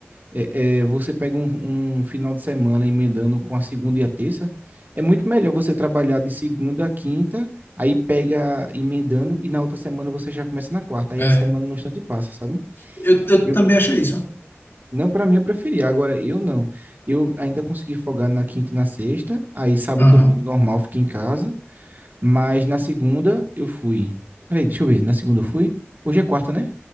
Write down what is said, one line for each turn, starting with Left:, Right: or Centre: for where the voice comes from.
Right: é, é, você pega um, um final de semana emendando com a segunda e a terça, é muito melhor você trabalhar de segunda a quinta, aí pega emendando e na outra semana você já começa na quarta, aí
Left: É.
Right: a semana no instante passa, sabe?
Left: Eu, eu
Right: Eu,
Left: também achei isso.
Right: não, para mim eu preferia, agora eu não. Eu ainda consegui folgar na quinta e na sexta, aí sábado
Left: Aham.
Right: e domingo normal fica em casa. Mas na segunda eu fui. Peraí, deixa eu ver. Na segunda eu fui? Hoje é quarta, né?